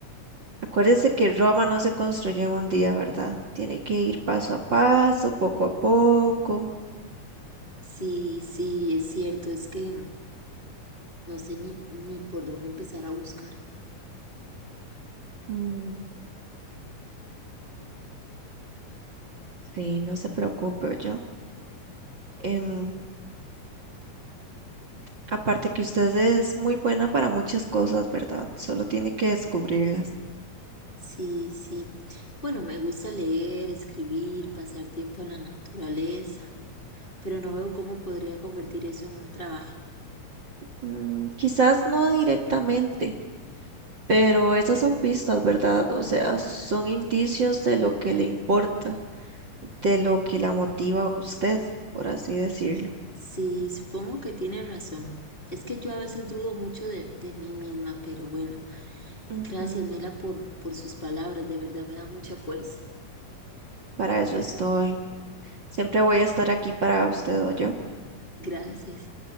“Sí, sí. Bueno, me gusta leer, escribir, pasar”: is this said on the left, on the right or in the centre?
Left